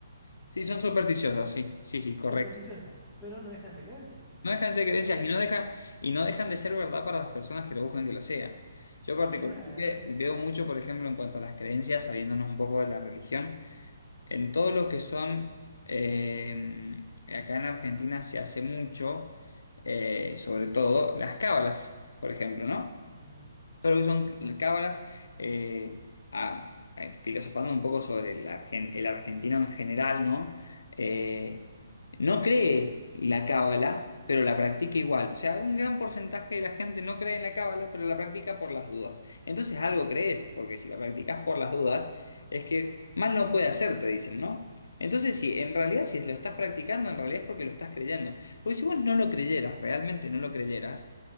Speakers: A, on the left; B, in the centre.
A: Sí,
B: En-
A: son supersticiosas, sí, sí, sí, correcto.
B: supersticiosas, pero no dejan de ser creencias.
A: No dejan de ser creencias
B: Que para gente,
A: y no deja, y no dejan de ser verdad para las personas que lo buscan que lo sea. Yo particularmente
B: claro.
A: veo mucho, por ejemplo, en cuanto a las creencias, saliéndonos un poco de la religión, en todo lo que son, eh, acá en Argentina se hace mucho, eh, sobre todo las cábalas, por ejemplo, ¿no?
B: ujú.
A: Todo lo que son cábalas, eh, a- a- filosofando un poco sobre el, argen- el argentino en general, ¿no? Eh, no cree la cábala, pero la practica igual. O sea, un gran porcentaje de la gente no cree en la cábala, pero la practica por las dudas. Entonces algo crees, porque si la practicas por las dudas, es que mal no puede hacer, te dicen, ¿no? Entonces, si en realidad, si lo estás practicando, en realidad es porque lo estás creyendo. Porque si vos no lo creyeras, realmente no lo creyeras,